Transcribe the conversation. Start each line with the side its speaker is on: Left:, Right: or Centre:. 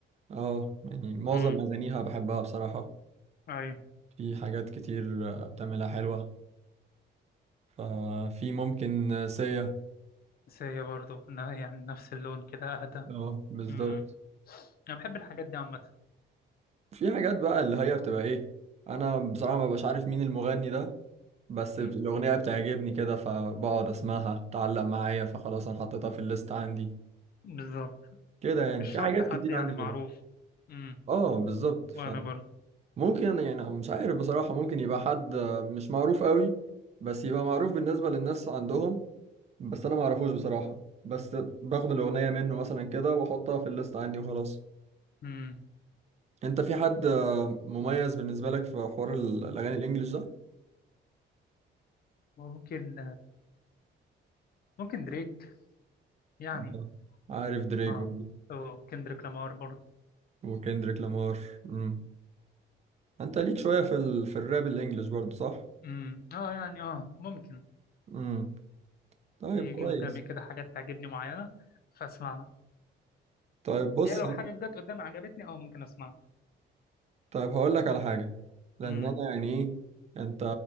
Right: اه يعني معظم
Left: امم
Right: اغانيها بحبها بصراحه
Left: ايوه
Right: في حاجات كتير آه، بتعملها حلوه ففي ممكن آه، سيا
Left: بس هي برضه يعني نفس اللون كده اهدى
Right: اه بالظبط
Left: امم انا بحب الحاجات دي عامة
Right: في حاجات بقى اللي هي بتبقى ايه انا بصراحة ما ببقاش عارف مين المغني ده بس
Left: امم
Right: بت- الاغنية بتعجبني كده فبقعد اسمعها تعلق معايا فخلاص انا حطيتها في الليست عندي
Left: بالظبط
Right: كده يعني
Left: مش
Right: في
Left: شرط
Right: حاجات
Left: حد
Right: كتير
Left: يعني
Right: عندي
Left: معروف
Right: كده
Left: امم
Right: اه بالظبط
Left: وانا برضه
Right: فممكن يعني مش عارف بصراحة ممكن يبقى حد مش معروف قوي بس يبقى معروف بالنسبة للناس عندهم بس انا ما اعرفوش بصراحة بس باخد الاغنية منه مثلا كده واحطها في الليست عندي وخلاص
Left: امم
Right: انت في حد مميز بالنسبة لك في حوار الاغاني الانجليش ده
Left: ممكن ممكن دريك يعني
Right: آه. عارف دريك
Left: اه
Right: برضه
Left: او كندريك لامار برضه
Right: وكندريك لامار امم انت ليك شويه في ال... في الراب الانجليش برضه صح
Left: امم اه يعني اه ممكن
Right: امم طيب
Left: يجي
Right: كويس
Left: قدامي كده حاجات تعجبني معينة فاسمعها
Right: طيب بص
Left: هي لو حاجة جت قدامي عجبتني اه ممكن اسمعها
Right: طيب هقول لك على حاجه لان
Left: امم
Right: انا يعني ايه انت